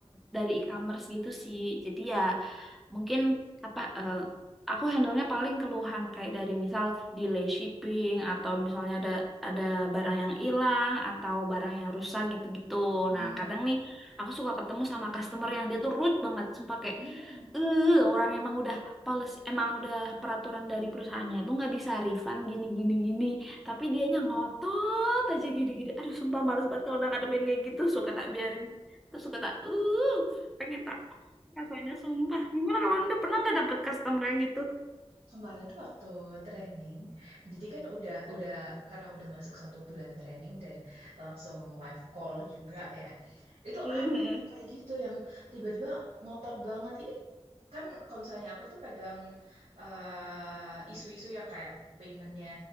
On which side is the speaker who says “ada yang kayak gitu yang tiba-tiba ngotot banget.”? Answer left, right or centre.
Right